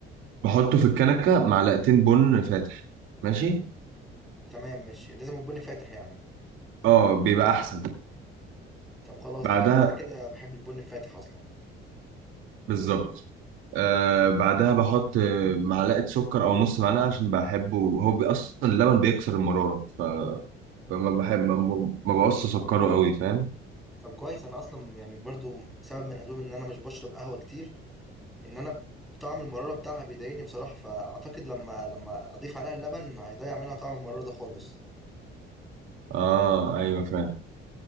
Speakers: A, on the right; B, in the centre.
A: بحطه في الكنكة معلقتين بن فاتح ماشي
B: تمام ماشي لازم البن فاتح يعني
A: اه بيبقى أحسن
B: طب خلاص
A: بعدها
B: تمام كده كده بحب البن الفاتح اصلا
A: بالظبط آه بعدها بحط آه، معلقة سكر أو نص معلقة عشان بحبه هو بي- أصلا اللبن بيكسر المرارة ف- فما بحب ما ما- ما بعوزش أسكره أوي فاهم
B: طب كويس انا اصلا يعني برضو سبب من اسباب ان انا مش بشرب قهوة كتير ان انا طعم المرارة بتاعها بيضايقني بصراحة فاعتقد لما لما اضيف عليها اللبن هيضيع منها طعم المرارة ده خالص
A: آه أيوه فاهم